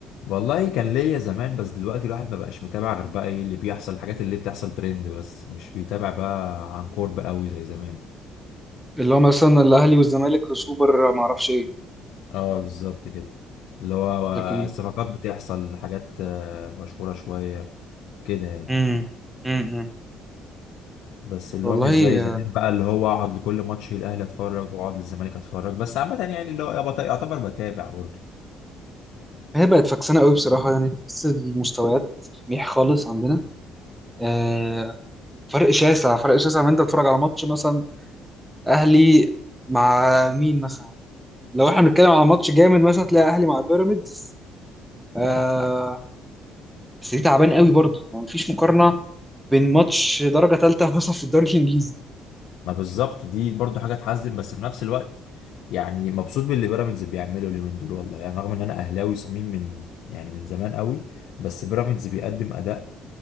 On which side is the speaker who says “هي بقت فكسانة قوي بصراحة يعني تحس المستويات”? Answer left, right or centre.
Centre